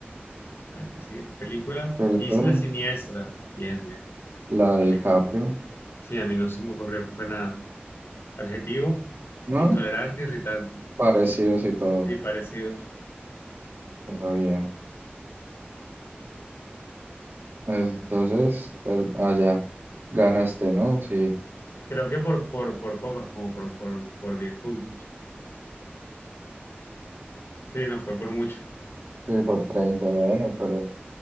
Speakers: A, on the left; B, on the right.
A: A ver, ¿qué sigue? Película,
B: Película,
A: Isla Siniestra. Bien, bien.
B: la de
A: A
B: DiCaprio,
A: mí, sí, a mí no se me ocurrió, fue nada. Adjetivo,
B: ¿no?
A: intolerante, irritante.
B: Parecidos y todo,
A: Sí, parecidos.
B: pero bien. Entonces, te- allá, ganaste, ¿no? Sí,
A: Creo que por, por, por pocas, como por, por, por 10 puntos. Sí, no, fue por mucho.
B: sí, por treinta bueno, pero